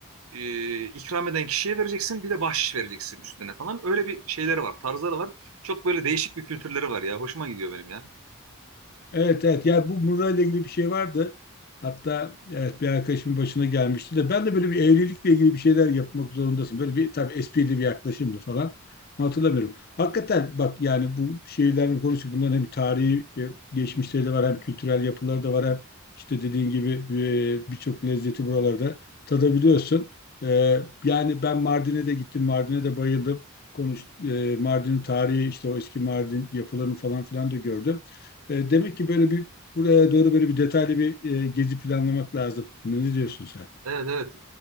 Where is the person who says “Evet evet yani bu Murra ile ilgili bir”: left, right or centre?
Left